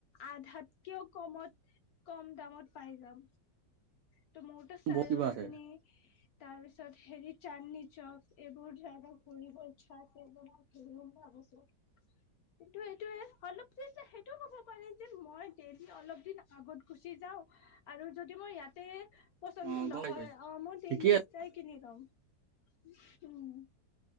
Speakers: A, on the left (about 65°); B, on the right (about 80°).
A: আধাতকেও কমত কম দামত পাই যাম ত' মোৰতো চাইজনী
B: বহুত কিবা আছে
A: তাৰপিছত <unintelligible> সেঁটো এইটোয়ে অলপ সেইটো ক'ব পাৰি যে মই দেল্লীত অলপ দিন <unintelligible> আগত গুচি যাওঁ আৰু যদি মই ইয়াতে পচন্দ
B: অ
A: নহয়
B: গম পাইছো
A: অ মই ডেইলি
B: ঠিকেই আছে
A: চাই কিনি তম